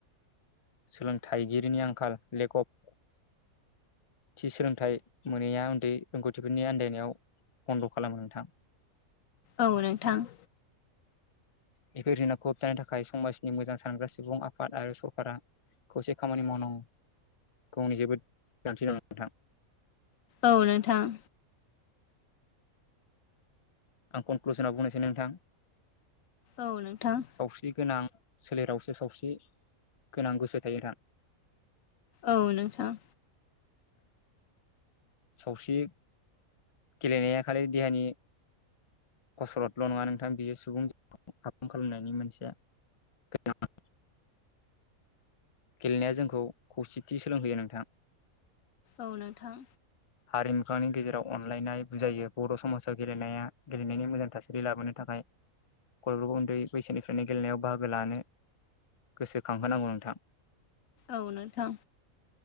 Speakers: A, on the left (about 55°); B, on the left (about 70°).
A: सोलोंथाइगिरिनि आंखाल लेखक थि सोलोंथाइ मोनैया उन्दै रोंगौथिफोरनि आनन्दायनायाव बन्द' खालामो नोंथां
B: औ नोंथां
A: बेफोर जेंनाखौ होबथानो थाखाय समाजनि मोजां सानग्रा सुबुं आफाद आरो सरकारा खौसे खामानि मावनांगौनि जोबोद गोनांथि दं नोंथां
B: औ नोंथां
A: आं कनक्लुसनाव बुंनोसै नोंथां
B: औ नोंथां
A: सावस्रि गोनां सोलेरावसो सावस्रि गोनां गोसो थायो दां
B: औ नोंथां
A: सावस्रि गेलेनाया खालि देहानि कसथल' नङा नोंथां बियो सुबुं हुं खालामनायनि मोनसे गोनां गेलेनाया जोंखौ खौसेथि सोलोंहोयो नोंथां
B: औ नोंथां
A: हारिमुफनि गेजेराव अनलायनाय बुजायो बर' समाजाव गेलेनाया गेलेनायनि मोजां थासारि लाबोनो थाखाय गथ'फोरखौ उन्दै बैसोनिफ्रायनो गेलेनायाव बाहागो लानो गोसोखांहोनांगौ नोंथां
B: औ नोंथां